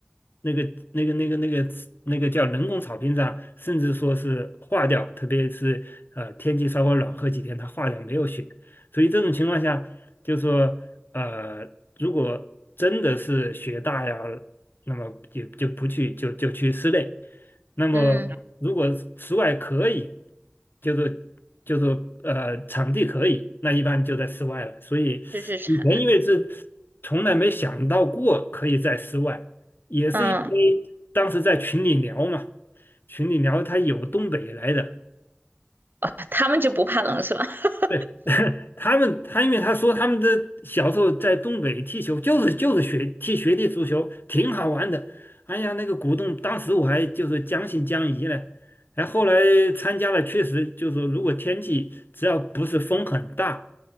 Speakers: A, on the left; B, on the right.
A: 那个那个那个那个那个叫人工草坪上，甚至说是化掉，特别是呃天气稍微暖和几天，它化掉没有雪，所以这种情况下，就是说呃，如果真的是雪大呀。那么就就不去就就去室内。那么如果室室外可以，
B: 嗯，
A: 就是就是呃场地可以，那一般就在室外了。所以以前因为是
B: 就是产，
A: 从来没想到过可以在室外，也是因为当时在群里聊嘛，
B: 嗯
A: 群里聊他有东北来的。
B: 啊，他们就不怕冷是吧？<laughs>
A: 对，<laughs> 他们，他因为他说他们的小时候在东北踢球，就是就是学踢学弟足球，挺好玩的。哎呀，那个鼓动，当时我还就是将信将疑呢。哎，后来参加了，确实就是说如果天气只要不是风很大，